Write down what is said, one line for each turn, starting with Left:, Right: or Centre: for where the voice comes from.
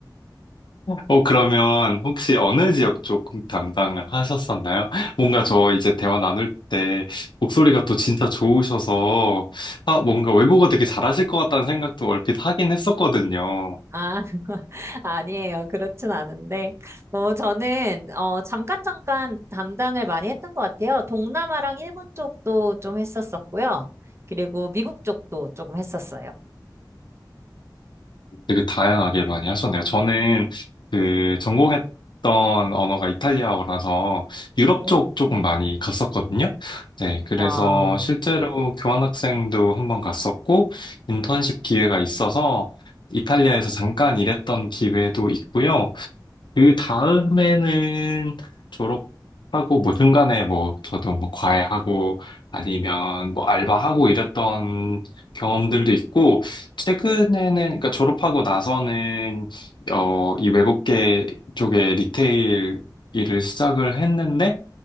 Left: 어, 그러면 혹시 어느 지역 쪽 담당을 하셨었나요? 뭔가 저 이제 대화 나눌 때 목소리가 또 진짜 좋으셔서 아, 뭔가 외국어 되게 잘하실 것 같다는 생각도 얼핏 하긴 했었거든요.
Right: 아, <laughs> 아니에요. 그렇진 않은데. 뭐, 저는, 어, 잠깐, 잠깐 담당을 많이 했던 것 같아요. 동남아랑 일본 쪽도 좀 했었었고요. 그리고 미국 쪽도 조금 했었어요.
Left: 되게 다양하게 많이 하셨네요. 저는 그 전공했던 언어가 이탈리아어라서 유럽
Right: 오.
Left: 쪽 조금 많이 갔었거든요. 네, 그래서
Right: 와.
Left: 실제로 교환학생도 한번 갔었고 인턴십 기회가 있어서 이탈리아에서 잠깐 일했던 기회도 있고요. 그 다음에는 졸업하고 뭐 중간에 뭐 저도 뭐 과외하고 아니면 뭐 알바하고 이랬던 경험들도 있고 최근에는 그러니까 졸업하고 나서는 어 이 외국계 쪽에 리테일 일을 시작을 했는데